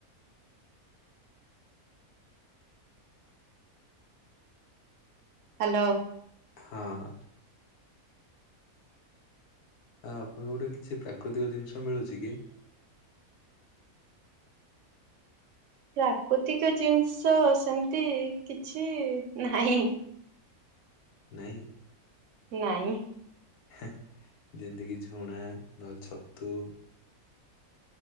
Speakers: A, on the right; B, on the left.
A: ହାଲୋ।
B: ହଁ। ଆଁ ଆପଣଙ୍କୁ ଗୋଟେ କିଛି ପ୍ରାକୃତିକ ଜିନିଷ ମିଳୁଛି କି?
A: ପ୍ରାକୃତିକ ଜିନିଷ ସେମିତି କିଛି ନାହିଁ।
B: ନାଇଁ?
A: ନାଇଁ।
B: <unintelligible> ଯେମ୍ତିକି ଝୁଣା ନହେଲେ ଛତୁ।